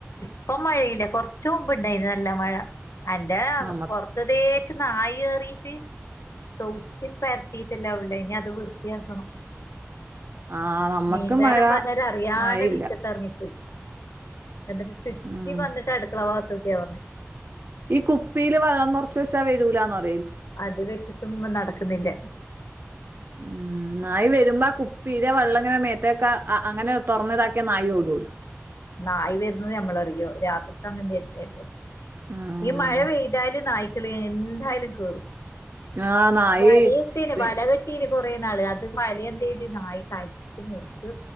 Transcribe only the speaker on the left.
ഇപ്പം മഴയില്ല കൊറച്ച് മുമ്പ്ണ്ടായിന് നല്ല മഴ എന്റെ
പുറത്തു ദേ നായ കയറിട്ട് ചവിട്ടി പരത്തിട്ടല്ല ഉള്ളേ ഇനി അത് വൃത്തിയാക്കണം
മീൻകാരൻ
വന്നര അറിയാതെ
മിറ്റത്തെറങ്ങിപ്പോയി എന്നിട്ട് ചുറ്റി
വന്നിട്ട് അടുക്കള ഭഗത്ത് കൂട്ടിയാ വന്നെ
അത് വെച്ചിട്ടും നടക്കുന്നില്ല
നായി വരുന്നത് നമ്മളറിയോ രാത്രി സമയം വരുന്നല്ലേ
ഈ മഴ പെയ്താല് നായ്ക്കളി എന്തായാലും കേറും
വല എത്തീന
വല കെട്ടീന കുറെ നാള് അത് മല എന്ത് ചെയ്ത് നായ കടിച്ച് മുറിച്ച്